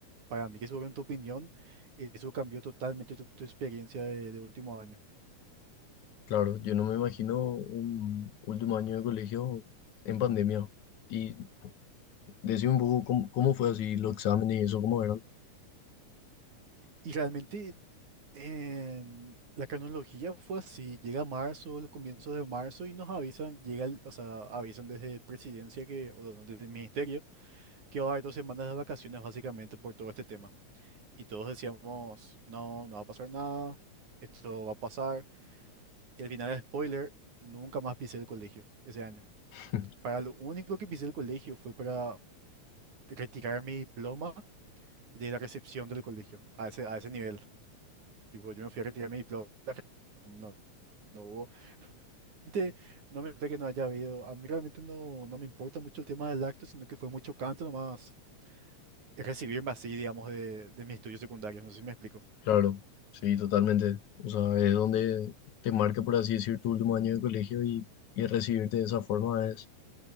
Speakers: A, on the right (about 85°); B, on the left (about 80°).
A: para mí que sobre en tu opinión, eso cambió totalmente tu, tu experiencia de, de último año.
B: Claro, yo no me imagino un último año de colegio en pandemia. Y decime un poco cómo, cómo fue así los exámenes y eso, cómo eran.
A: Y realmente en la cronología fue así, llega marzo, los comienzos de marzo y nos avisan, llega el- o sea, avisan desde presidencia que, o no, desde el ministerio que va a haber dos semanas de vacaciones básicamente por todo este tema. Y todos decíamos, no, no va a pasar nada, esto va a pasar. Y al final, spoiler, nunca más pisé el colegio ese año.
B: <laughs>
A: Para lo único que pisé el colegio fue para retirar mi diploma de la recepción del colegio, a ese, a ese nivel. Tipo, yo me fui a retirar mi diploma, no, no hubo... Realmente, no me importa que no haya habido, a mí realmente no, no me importa mucho el tema del acto, sino que fue mucho canto nomás recibirme así, digamos, de, de mis estudios secundarios, no sé si me explico.
B: Claro, sí, totalmente. O sea, es donde te marca, por así decir, tu último año de colegio y, y recibirte de esa forma es